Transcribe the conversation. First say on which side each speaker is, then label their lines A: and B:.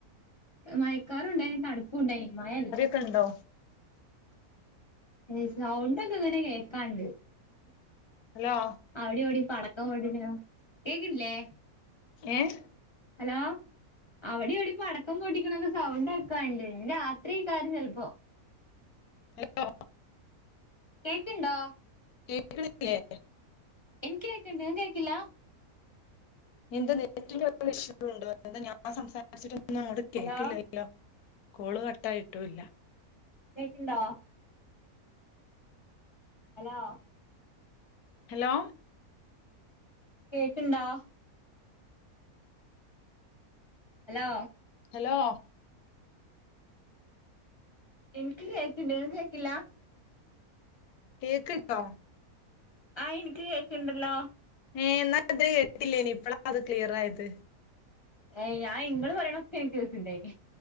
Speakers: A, on the left; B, on the left.
A: മയക്കാറുണ്ടായിനി തണുപ്പും ണ്ടായിനി മഴല്ല.
B: ക്ക ണ്ടോ.
A: ഏ സൗണ്ടൊക്കെ അങ്ങനെ കേക്കാണ്ട്.
B: ഹലോ
A: അവിടെ ഇ വിടെ പടക്കം പൊട്ടിക്കണ തും കേക്കില്ലേ?
B: ഏഹ്
A: ഹലോ അവിടെ ഇവിടെ പടക്കം പൊട്ടിക്കണൊക്കെ സൗണ്ട് കേക്കാണ്ട് രാത്രി ആക്കാരം ചെൽപ്പോ.
B: ഹലോ
A: കേക്ക്ണ്ടോ?
B: കേക്ക്ണ്ല്ലേ?
A: ഇൻക്ക് കേക്കിണ്ട് ഇങ്ങൾക്ക് കേക്കില്ല
B: എന്തോ നെറ്റിന്റെ ഇഷ്യൂ ണ്ടോ ഞാൻ സംസാരിച്ചിട്ടൊന്നും ഒന്നും അങ്ങട്ട് കേൾക്കില്ലല്ലോ.
A: ഹലോ
B: ഹലോ കോള് കട്ടായിട്ടുല്ല.
A: കേക്ക്ണ്ടോ? ഹലോ
B: ഹലോ
A: കേക്ക്ണ്ടോ? ഹലോ
B: ഹലോ
A: ഇൻക്ക് കേക്ക്ണ്ട് ങ്ങക്ക് കേക്കില്ല.
B: കേക്ക്ണ്ടോ?
A: ആഹ് ഇൻക്ക് കേക്കണ്ടല്ലോ.
B: ഏഹ് എന്നാ ഇതി കേട്ടില്ലേനി പ്പളാ ത് ക്ലിയർ ആയത്.
A: ഏയ് ഞാൻ ങ്ങള് പറയണൊക്ക ഇൻക്ക് കേക്കുണ്ടായിനി.